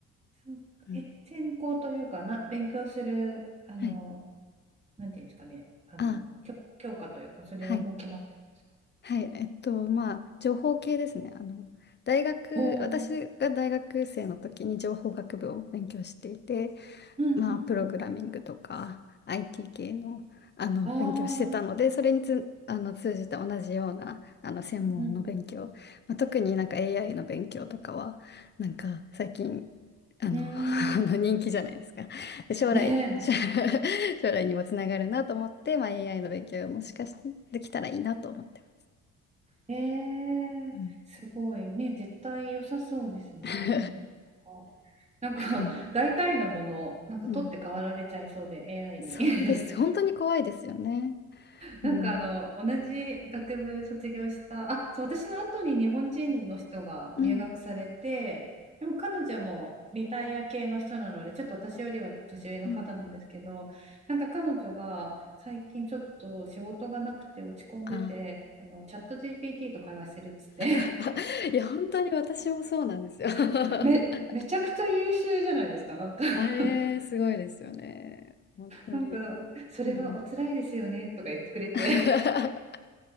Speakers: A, on the right (about 20°); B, on the left (about 35°).
A: そっかえ、
B: うん、
A: 専攻というかな、勉強する、あの、
B: はい。
A: なんていうんですかね、あの、
B: あ、
A: 教、教科というか、それはもう決まってるんですか
B: はい。はい、えっと、まあ、情報系ですね。あの、大学、
A: おー
B: 私が大学生の時に情報学部を勉強していて、
A: うんうんうん。
B: まあ、プログラミングとか IT 系の、あの、
A: ああ、
B: 勉強してたので、それにつ、あの、通じた同じような、あの、専門の勉強、
A: うん
B: まあ、特になんか AI の勉強とかは、なんか最近、あの、
A: うん
B: <laughs> あの人気じゃないですか。
A: うん。うーん。
B: で将来、
A: ね
B: 将来 <laughs> 将来にもつながるなと思って、まあ、AI の勉強もしかしてできたらいいなと思ってま
A: え、えー、
B: す。
A: すごいね、絶対良さそうですね。
B: <laughs>
A: えー <laughs> なんか大体のものをなんか取って代わられちゃいそうで
B: はい。うん、
A: AI に
B: そうです。
A: <laughs>
B: 本当に怖いですよね。
A: なんかあの同じ学部卒業したあそう私の後に日本人の人が入学されてでも彼女もリタイア系の人なのでちょっと私よりは年上の方なんですけどなんか彼女が最近ちょっと仕事がなくて落ち込んでてあのチャット
B: うん、うん、うん。あー
A: GPT と会話してるっつって
B: <laughs> いや、本当に私もそうなんですよ。<laughs>
A: <laughs> め、めちゃくちゃ優秀じゃないですかなんか <laughs>
B: あれ、すごいですよね。本当に。
A: なんかそれはお辛いですよねとか言ってくれて
B: うん。<laughs>